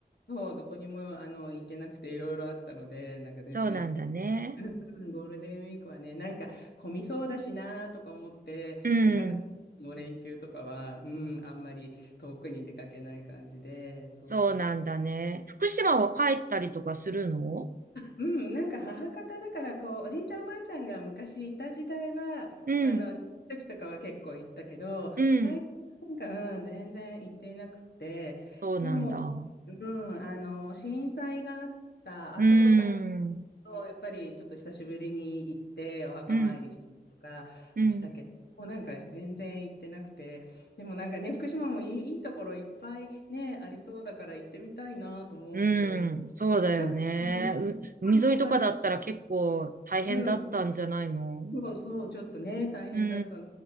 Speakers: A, on the left; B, on the right.
A: 当、どこにもあの行けなくていろいろあったので、なんか全然行って、
B: そうなんだね。
A: うん、ゴールデンウィークはね、なんか混みそうだしなとか思って、
B: うん。
A: なかなかもう連休とかは、うん、あんまり遠くに出かけない感じで、そうそうそう。
B: そうなんだね。福島は帰ったりとかするの
A: うん、なんか母方だからこうおじいちゃんおばあちゃんが昔いた時代はあの時とかは結構行ったけど最近なんか、
B: うん。うん。
A: うん、全然行っていなくてでも、
B: そうなんだ。
A: うん、あの震災があった後とか
B: うん。
A: そうやっぱりちょっと久しぶりに行ってお墓参りしたりとかはしたけど、
B: うん。うん。
A: もうなんか全然行ってなくて、でもなんかね、福島もいい、いいところいっぱいね、ありそうだから行ってみたいなと思うけど、
B: うん、そうだよね。
A: なんか、うん、
B: う、海沿いとかだったら結構大変だったんじゃないの
A: 他うん。そうそう、ちょっとね、大変だった
B: う